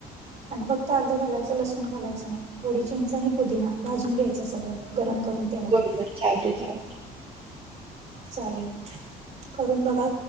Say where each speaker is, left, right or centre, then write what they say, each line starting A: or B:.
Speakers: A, on the right; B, on the right.
A: आणि फक्त अर्धं घालायचं लसूण घालायचं नाही थोडी चिंचणी पुदीिना भाजून घ्यायचं सगळं गरम करून तेलामध्ये
B: बरोबर चालते चालते.
A: चालेल करून बघा